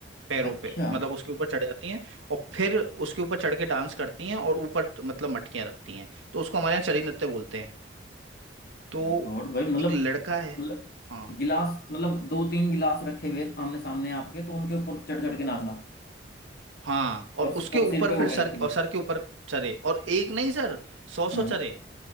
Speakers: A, on the right; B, on the left.
A: पैरों
B: अच्छा
A: पे मतलब उसके ऊपर चढ़ जाती हैं और फिर उसके ऊपर चढ़ के डांस करती हैं और ऊपर मतलब मटकियां रखती हैं तो उसको हमारे यहाँ चरी नृत्य बोलते हैं तो
B: माय गॉड भाई मतलब
A: एक लड़का है
B: मतलब
A: हाँ
B: गिलास मतलब दो तीन गिलास रखे हुए आमने सामने आपके तो उनके ऊपर चढ़ चढ़ के नाचना
A: हाँ और
B: और सि-
A: उसके
B: और
A: ऊपर
B: सिर पे हो
A: फिर
B: गए
A: सर
B: रखे हुए
A: और सर के ऊपर चरे और एक नहीं सर सौ सौ
B: हम्म
A: चरे